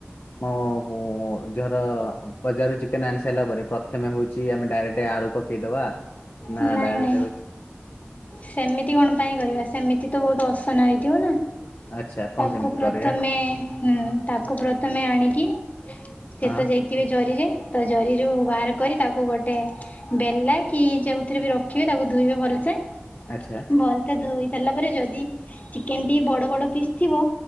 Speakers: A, on the left; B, on the left.
A: ହଁ ମୁଁ ଜର ବଜାରରୁ ଚିକେନ ଆଣି ସାରିଲା ପରେ, ପ୍ରଥମେ ହଉଛି ଆମେ ଡ଼ାଇରେଟ ଆଳୁ ପକେଇଦବା। ନା
B: ନାଇଁ
A: ଡାଇରେଟ୍
B: ନାଇଁ
A: ହେଉଛି
B: ସେମିତି କଣ, ପାଇଁ କରିବା? ସେମିତି ତ ବହୁତ ଅସନା ହେଇଥିବ ନା?
A: ଆଚ୍ଛା କଣ
B: ତାକୁ
A: କେମିତି
B: ପ୍ରଥମେ,
A: କରିବା
B: ହୁଁ ତାକୁ ପ୍ରଥମେ
A: ହଁ
B: ଆଣିକି ସେ
A: ହଁ
B: ତ ଯେଇଥିବେ ଜରିରେ। ତ ଜରିରୁ ବାହାର କରି ତାକୁ ଗୋଟେ ଗଟେ ବେଲା କି ଯୋଉଥିରେ ବି ରଖିବେ ତାକୁ ଧୋଇବେ ଭଲସେ।
A: ଆଚ୍ଛା
B: ଭଲତେ ଧୋଇ ଦେଲା ପରେ ଯଦି, ଚିକେନ ଟି ବଡ ବଡ ପିସ୍ ଥିବ